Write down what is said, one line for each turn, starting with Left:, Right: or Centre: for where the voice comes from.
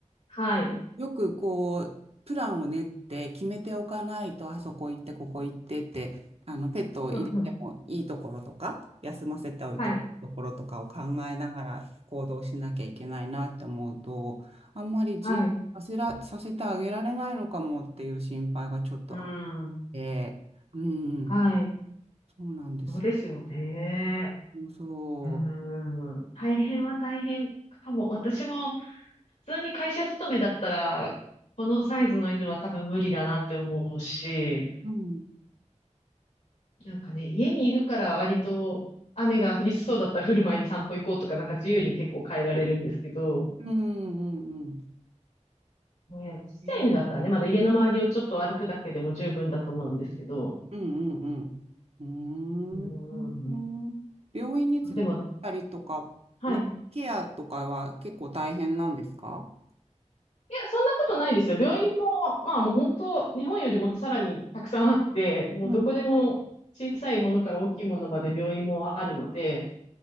Left: はい。
Right: よくこう、プランを練って決めておかないと、あそこ行って、ここ行ってって、あの、ペットを入れてもいいところとか、
Left: うんうん。
Right: 休ませておいてもいいところとかを考えながら行動しなきゃいけないなって思うと、
Left: はい。
Right: あんまり自由にさせら、
Left: はい。
Right: させてあげられないのかもっていう心配がちょっとあっ
Left: うん。
Right: て、うん、
Left: はい。
Right: そうなんです。
Left: そうですよね。
Right: そ
Left: うん。大変は大変かも。私も普通に会社勤めだったら、このサイズの犬は多分無理だなって思うし、
Right: う。うん。
Left: なんかね、家にいるから割と雨が降りそうだったら降る前に散歩行こうとか、なんか自由に結構変えられるんですけど、
Right: うんうんうん。
Left: ね、ちっちゃい犬だったらね、
Right: ね
Left: まだ家の周りをちょっと歩くだけでも十分だと思うんですけど、
Right: うんうんうん。
Left: う
Right: うーん。
Left: ん
Right: 病院に連れてったりとか、
Left: でも、はい。
Right: なんかケアとかは結構大変なんですか
Left: いや、そんなことないですよ。病院も、まあもう本当、日本よりもさらにたくさんあって、もうどこでも小さいものから大きいものまで病院もあるので、
Right: うん